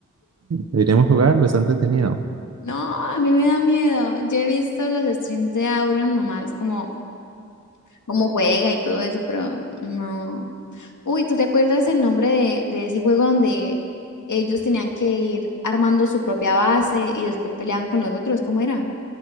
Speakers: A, on the right (about 60°); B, on the left (about 85°).
A: Deberíamos jugarlo, está entretenido.
B: No, a mí me da miedo. Yo he visto los streams de Auron nomás, como, como juega y todo eso, pero no. Uy, ¿tú te acuerdas el nombre de, de ese juego donde ellos tenían que ir armando su propia base y después peleaban con los otros? ¿Cómo era?